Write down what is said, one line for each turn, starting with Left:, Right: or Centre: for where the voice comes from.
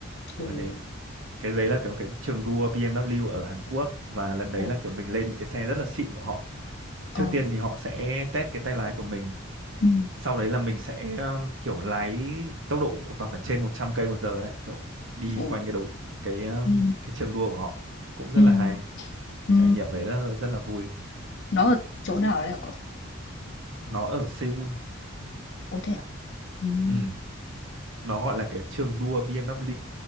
Right: kiểu
Left: Ừ.
Right: như thế. Cái đấy là kiểu cái trường đua BMW ở Hàn Quốc và lần đấy
Left: Ồ.
Right: là kiểu mình lên những cái xe rất là xịn của họ. Trước
Left: Ồ.
Right: tiên thì họ sẽ test cái tay lái của mình
Left: Ừ.
Right: sau đấy là mình sẽ um, kiểu lái tốc độ của toàn phải trên 100 cây một giờ đấy kiểu đi
Left: Ồ.
Right: quanh cái đấu cái um,
Left: Ừ.
Right: cái trường đua của họ cũng rất
Left: Ừ.
Right: là hay
Left: Ừ.
Right: trải nghiệm đấy là rất là vui
Left: Nó ở chỗ nào đấy hả cậu?
Right: nó ở Seoul
Left: Có thể Ừm,
Right: ừ. nó gọi là cái trường đua BMW